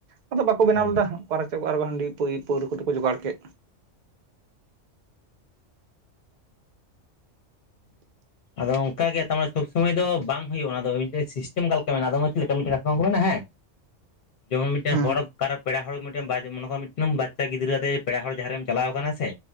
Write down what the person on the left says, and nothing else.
ᱚ
ᱟᱫᱚ ᱚᱝᱠᱟ ᱜᱮ ᱛᱟ ᱢᱟᱱᱮ ᱥᱚᱵ ᱥᱚᱢᱚᱭ ᱫᱚ ᱵᱟᱝ ᱦᱳᱭᱳᱜ-ᱟ ᱚᱱᱟᱫᱚ ᱢᱤᱫᱴᱮᱡ ᱥᱤᱥᱴᱮᱢ ᱚᱠᱟ ᱞᱮᱠᱟ ᱢᱮᱱᱟᱜ-ᱟ, ᱟᱫᱚ ᱪᱮᱫ ᱞᱮᱠᱟ ᱢᱤᱫᱴᱷᱮᱠᱟ <unintelligible> ᱦᱮᱸ ᱡᱮᱢᱚᱱ ᱢᱤᱫᱴᱮᱱ
ᱦᱚᱲ ᱚᱠᱟᱨᱮ ᱯᱮᱲᱟ ᱦᱚᱲ ᱢᱤᱫᱴᱮᱱ ᱵᱟᱡ ᱢᱚᱱᱮ ᱠᱟᱜ ᱢᱮ ᱢᱤᱫᱴᱟᱝ ᱵᱟᱪᱪᱟ ᱜᱤᱫᱽᱨᱟᱹ ᱟᱛᱮ ᱯᱮᱲᱟ ᱦᱚᱲ ᱡᱟᱸᱦᱟ ᱨᱮᱢ ᱪᱟᱞᱟᱣ ᱟᱠᱟᱱᱟ ᱥᱮ